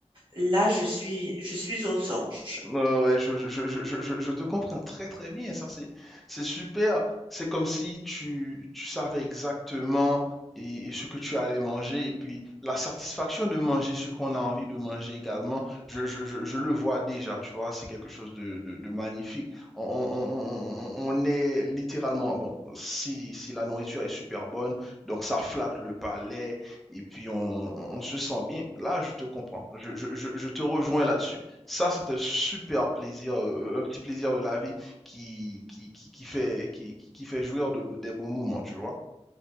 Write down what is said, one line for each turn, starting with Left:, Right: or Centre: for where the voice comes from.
Right: là, je suis, je suis aux anges.
Centre: Ouais, ouais, je, je, je, je, je- je te comprends très très bien, ça c'est c'est super. C'est comme si tu, tu savais exactement et, et ce que tu allais manger et puis la satisfaction de manger ce qu'on a envie de manger également, je, je, je, je le vois déjà, tu vois, c'est quelque chose de, de, de magnifique. On, on, on, on- on est littéralement, bon, si, si la nourriture est super bonne, donc ça flatte le palais et puis on, on, on se sent bien. Là, je te comprends, je, je, je, je te rejoins là-dessus. Ça, c'est un super plaisir, euh, un petit plaisir de la vie qui, qui, qui, qui fait, qui, qui- qui fait jouir de, des bons moments, tu vois.